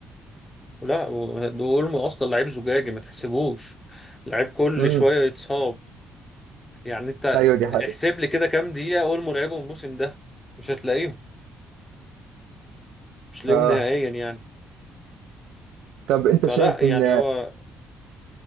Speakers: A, on the left; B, on the right.
A: لا و- دول اصلا لعيب زجاجي ما تحسبوش لعيب كل
B: امم
A: شويه يتصاب يعني انت
B: ايوه دي حقيقة
A: احسب لي كده كام دقيقه اولمو لعبهم الموسم ده مش هتلاقيهم مش هتلاقيهم
B: آه
A: نهائيا يعني
B: طب انت
A: فلا
B: شايف
A: يعني
B: ان
A: هو